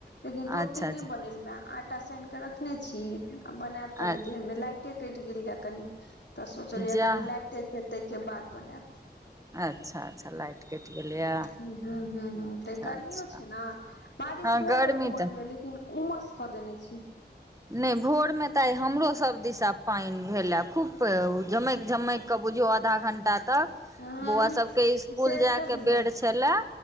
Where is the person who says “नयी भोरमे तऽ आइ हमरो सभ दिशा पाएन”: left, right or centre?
Right